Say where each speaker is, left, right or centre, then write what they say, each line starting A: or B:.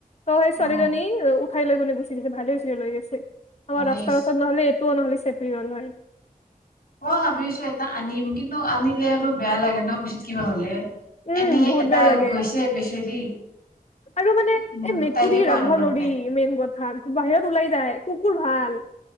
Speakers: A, on the left (about 45°); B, on the left (about 90°).
A: ত সেই ছোৱালী
B: অ
A: জনি অ ওট খাই লৈ গ কোনে গুচি গৈছে ভালে হৈছে লৈ গৈছে আমাৰ
B: ভালেই
A: ৰাস্তাৰ
B: হৈছে।
A: ওচৰত নহ'লে ত নহলে চে <unintelligible> হয়
B: অ ভাবিছো এটা আনিম কিন্তু আনিলে আৰু বেয়া লাগে ন পিছত কিবা হলে
A: উম
B: এনেই
A: বহুত
B: এটা
A: বেয়া লাগে
B: গৈছে বেচেৰি
A: আৰু মানে
B: উম
A: এই মেকুৰী
B: তাই কে পাৰ
A: ৰাখব
B: পৰা
A: নোৱাৰি
B: নাই
A: মেইন কথা বাহিৰত ওলাই যায় কুকুৰ ভাল